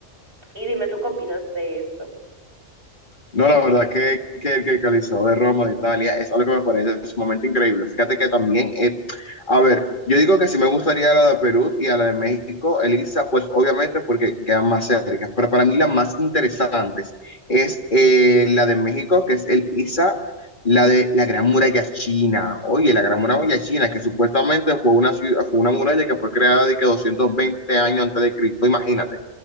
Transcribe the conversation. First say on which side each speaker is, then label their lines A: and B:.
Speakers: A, on the right; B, on the left.
A: y dime tú qué opinas de eso
B: No, la verdad que, que, que el Coliseo de Roma, de Italia, es algo que me parece sumamente increíble. Fíjate que también, eh, a ver, yo digo que sí me gustaría la de Perú y a la de México, Elisa, pues obviamente porque quedan más cerca, pero para mí las más interesantes es eh, la de México, que es el ISA, la de la Gran Muralla China. Oye, la Gran Muralla China, que supuestamente fue una, ciudad, fue una muralla que fue creada de que 220 años antes de Cristo, imagínate.